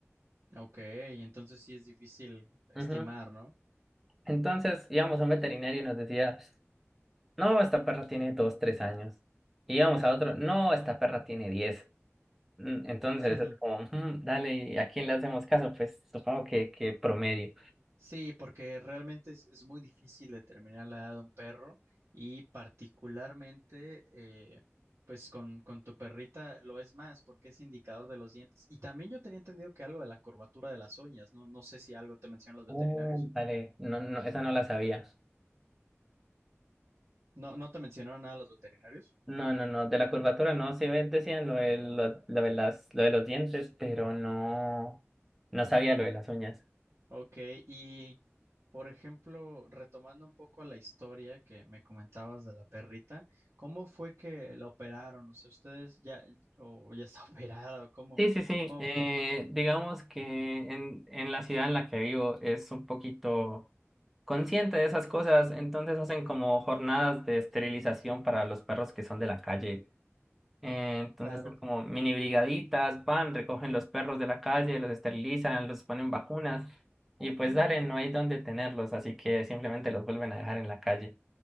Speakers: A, on the right; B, in the centre.
A: ok, entonces sí es difícil estimar,
B: Ujú.
A: ¿no?
B: Entonces íbamos a un veterinario y nos decía, no, esta perra tiene dos, tres años. Y íbamos a otro, no, esta perra tiene diez. Mm, Entonces
A: <laughs>
B: es como, "Mm, dale, ¿y ¿a quién le hacemos caso? Pues supongo que, que promedio.
A: Sí, porque realmente es, es muy difícil determinar la edad de un perro y particularmente eh, pues con, con tu perrita lo es más porque es indicador de los dientes. Y también yo tenía entendido que algo de la curvatura de las uñas, no, no sé si algo te mencionan los veterinarios.
B: Uh, dale, no, no, esa no la sabía.
A: No, no te mencionaron nada los veterinarios.
B: No, no, no, de la curvatura no, sí ve- decían lo de, lo, lo de las, lo de los dientes, pero no, no sabía lo de las uñas.
A: Ok, y por ejemplo, retomando un poco la historia que me comentabas de la perrita, ¿cómo fue que la operaron? O sea, ustedes ya, o ya está <laughs> operada, o cómo.
B: Sí, sí, sí,
A: ¿Cómo
B: eh, digamos que en, en la ciudad en la que vivo es un poquito consciente de esas cosas, entonces hacen como jornadas de esterilización para los perros que son de la calle Eh, entonces
A: Claro.
B: son como mini brigaditas, van, recogen los perros de la calle, los esterilizan, los ponen vacunas y pues dale, no hay dónde tenerlos, así que simplemente los vuelven a dejar en la calle.